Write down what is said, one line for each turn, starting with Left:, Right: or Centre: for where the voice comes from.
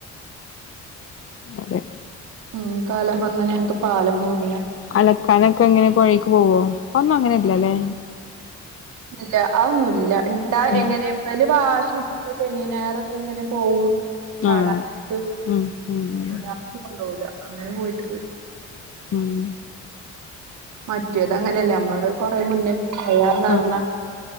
Left: അതെ.
Right: മ്മ് കാലം വന്നനെ ഞങ്ങക്ക് പാലം മൂടും.
Left: അലക്കാനക്കെ എങ്ങനെ പൊഴേക്ക് പോവോ? ഇപ്പോന്നു അങ്ങനെയില്ലല്ലേ.
Right: ഇല്ല അതൊന്നുല്ല ഇണ്ടാം
Left: ഉം
Right: എങ്ങനെ ഇവല് വാശി പിടിച്ചു ശനി ഞായറൊക്കെ ഇങ്ങനെ പോകും ചാടാന്ക്ക്
Left: ആഹ് ഉം ഉം ഉം
Right: വല്ലാതെ ഒന്നു കൊണ്ടോവൂല. അങ്ങനെ പോയ്ട്ട് പോയി.
Left: ഉം ഉം
Right: മറ്റേത് അങ്ങനെയല്ലേ നമ്മള് കൊറെ മുന്നേ. പോയാന്ന് പറഞ്ഞാ
Left: അഹ്